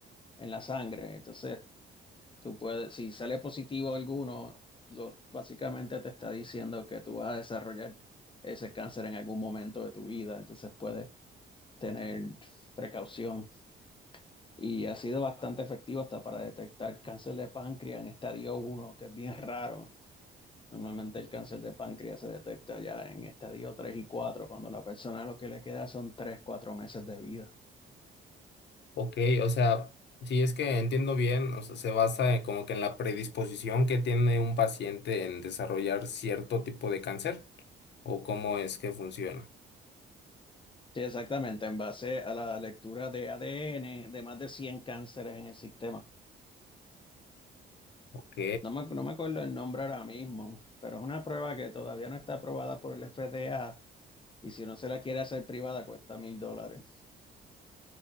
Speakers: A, on the left; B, on the left.
A: en la sangre. Entonces, tú puedes, si sale positivo alguno, lo- básicamente te está diciendo que tú vas a desarrollar ese cáncer en algún momento de tu vida. Entonces, puedes tener precaución. y ha sido bastante efectivo hasta para detectar cáncer de páncreas en estadio uno que es bien raro. Normalmente el cáncer de páncreas se detecta ya en estadio 3 y 4 cuando la persona lo que le queda son 3 4 meses de vida.
B: Ok, o sea, si es que entiendo bien, o sea, se basa en como que en la predisposición que tiene un paciente en desarrollar cierto tipo de cáncer o cómo es que funciona.
A: Sí, exactamente, en base a la lectura de ADN de más de 100 cánceres en el sistema.
B: Ok,
A: No me, no me acuerdo el nombre ahora mismo, pero es una prueba que todavía no está aprobada por el FDA y si no se la quiere hacer privada cuesta mil dólares.